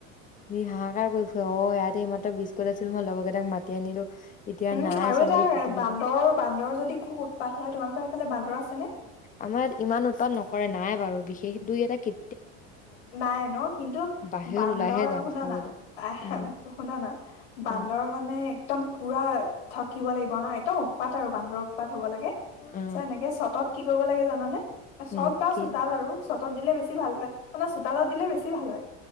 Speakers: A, on the left (about 25°); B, on the left (about 85°).
A: সি হাহাকাৰ কৰি ফুৱে, অ ইয়াতে এইমাত্ৰ বিস্কুট আছিল মই লগৰ কেইটাক মাতি আনিলো এতিয়া
B: উম
A: নাই
B: আৰু
A: চবে
B: এটা
A: পিটিব
B: বান্দৰ
A: এতিয়া
B: বান্দৰ যদি খুব উৎপাত হয় তোমালোকৰ সেইফালে বান্দৰ আছেনে?
A: আমাৰ ইয়াত ইমান উৎপাদ নকৰে নাই বাৰু বিশেষ দুই এটা কে
B: নাই ন? কিন্তু
A: বাহিৰত
B: বান্দৰ
A: ওলাইহে যাওঁ
B: শুনা
A: চাবলে
B: না আহ
A: উম
B: শুনা না বান্দৰ
A: উম
B: মানে একদম পোৰা থকিব লাগিব হা, একদম উৎপাত আৰু বান্দৰ পাত হব লাগে,
A: অ
B: তাৰছত এনেকে চতত কি কৰিব লাগে জানানে? এ চত
A: উম
B: বা
A: কি
B: চোতাল আৰু চতত দিলে বেছি ভাল অ চোতালত দিলে বেছি ভাল হয়,